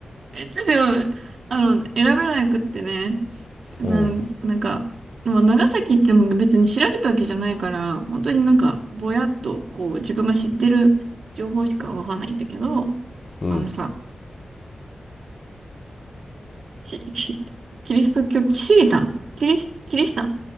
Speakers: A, on the right; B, on the left.
A: えっと、でも、あの、選べなくってね、なの、
B: うん
A: なんか、もう長崎っても別に調べたわけじゃないから、本当になんか、ぼやっと、こう、自分が知ってる情報しかわかんないんだけど、
B: うん
A: あのさ、し、しキリスト教、キシリタン、キリス、キリシタン、